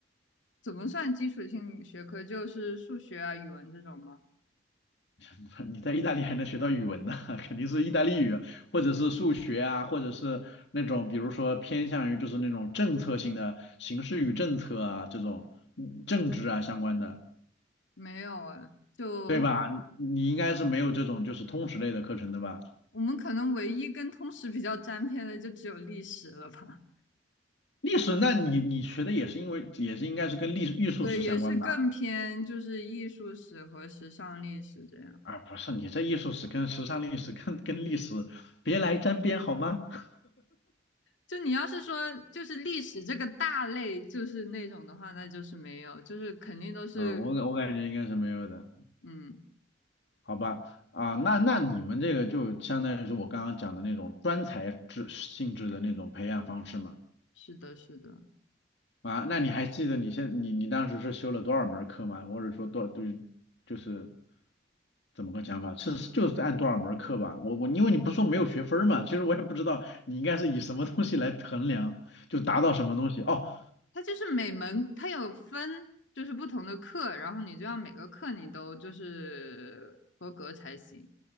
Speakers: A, on the left (about 85°); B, on the left (about 70°).
A: 怎么算基础性学科？就是数学啊、语文这种吗？
B: <laughs> 你在意大利还能学到语文呢，<laughs> 肯定是意大利语，或者是数学啊，或者是那种比如说偏向于就是那种政策性的形势与政策啊这种嗯政治啊相关的，
A: 没有哎，就
B: 对吧？你你应该是没有这种就是通识类的课程的吧？
A: 我们可能唯一跟通识比较沾边的，就只有历史了吧？
B: 历史，那你你学的也是因为也是应该是跟历艺术史相关吧？
A: <laughs> 对，也是更偏就是艺术史和时尚历史这样。
B: 啊，不是，你这艺术史跟时尚历史跟跟历史别来沾边好吗？<laughs>
A: 就你要是说就是历史这个大类，就是那种的话，那就是没有，就是肯定都是，
B: 嗯，我感我感觉应该是没有的。
A: 嗯，
B: 好吧，啊，那那你们这个就相当于是我刚刚讲的那种专才制性质的那种培养方式嘛？
A: 是的，是的。
B: 啊，那你还记得你现你你当时是修了多少门课吗？或者说多对，就是怎么个讲法？是就是按多少门课吧？我我因为你不说没有学分儿嘛，其实我也不知道你应该是以什么东西来衡量，就达到什么东西哦，
A: 它就是每门它有分，就是不同的课，然后你就要每个课你都就是合格才行，